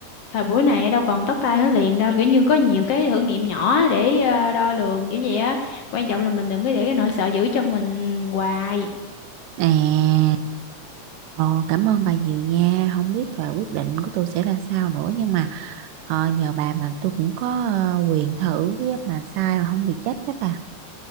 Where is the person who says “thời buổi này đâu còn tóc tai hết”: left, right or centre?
Left